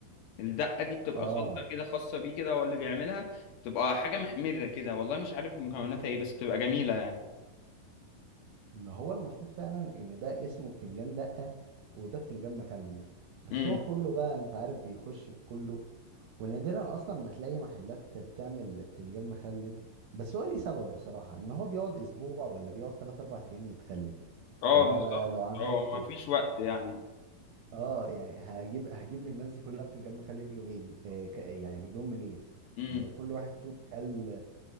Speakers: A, on the left (about 75°); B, on the right (about 75°).
A: الدقه دي بتبقى
B: اه
A: خلطه كده خاصه بيه كده هو اللي بيعملها بتبقى حاجه محمره كده والله مش عارف مكوناتها ايه بس بتبقى جميله يعني
B: ما هو المفروض فعلا ان ده اسمه بتنجان دقة وده بتنجان مخلل بس
A: امم
B: هو كله بقى انت عارف بيخش في كله ونادرا اصلا ما تلاقي محلات بتعمل بتنجان مخلل بس هو ليه سبب بصراحة ان هو بيقعد اسبوع ولا بيقعد 3 4 ايام يتخلل
A: اه
B: فهو
A: بالظبط
B: أنا لو عملته
A: اه ما فيش وقت يعني
B: اه يعني هجيب هجيب للناس دي كلها بتنجان مخلل يومين آه ك- يعني هجيب لهم منين
A: امم
B: ما لو كل واحد فيهم كل